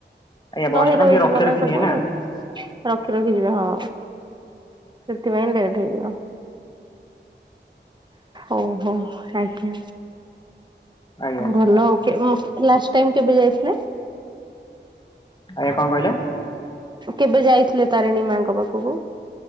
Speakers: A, on the left (about 25°); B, on the right (about 25°).
A: ଆଜ୍ଞା ବସ୍
B: ରହି
A: ଟା କଣ
B: ରହିଯିବ
A: ଟିକେ ରଖି
B: ନା
A: ରଖି
B: ସବୁଆଡେ
A: ନିଏ
B: ରଖି ରଖିଯିବେ ହଁ। ସେଥିପାଇଁ ଲେଟ୍ ହେଇଯିବ। ଓହୋ ଆଜ୍ଞା।
A: ଆଜ୍ଞା
B: ଭଲ <unintelligible> ଲାଷ୍ଟ ଟାଇମ କେବେ ଯାଇଥିଲେ?
A: ଆଜ୍ଞା କଣ କହିଲେ?
B: କେବେ ଯାଇଥିଲେ ତାରିଣୀ ମାଙ୍କ ପାଖକୁ?